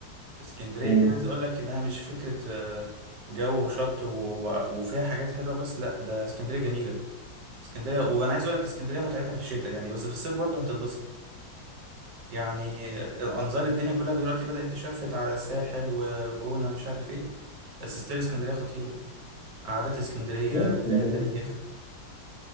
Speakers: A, on the right; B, on the left.
A: اسكندريه
B: مم.
A: دي انا عايز اقول لك انها مش فكره آه، جو وشط و- و- وفيها حاجات حلوه بس لا ده اسكندريه جميله اسكندريه وانا عايز اقول لك اسكندريه متعتها في الشتاء يعني بس في الصيف برضه هتتبسط يعني انظار الدنيا كلها دلوقتي بدات تشفت على الساحل والجونه ومش عارف ايه بس ستيل اسكندريه خطيره قعدات اسكندريه
B: لا اسكندرية
A: وفيها تاريخ